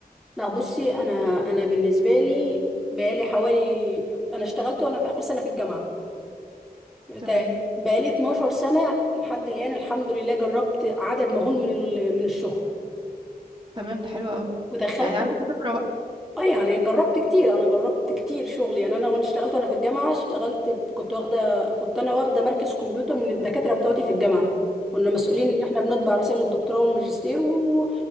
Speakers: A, in the centre; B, on the right (about 30°).
A: لا بصي انا انا بالنسبه لي بقالي حوالي انا اشتغلت وانا في اخر سنه في الجامعه بتا-
B: تمام
A: بقالي 12 سنة لحد الآن الحمد لله جربت عدد مهول من ال- من الشغل
B: تمام ده حلو قوي
A: ودخلت
B: يعني عندك خبره بقى
A: اه يعني جربت كتير انا جربت كتير شغل يعني انا وانا اشتغلت وانا في الجامعة اشتغلت كنت واخدة كنت انا واخدة مركز كمبيوتر من الدكاترة بتوعتي في الجامعة كنا مسؤولين ان احنا بنطبع رسائل الدكتوراه والماجستير و...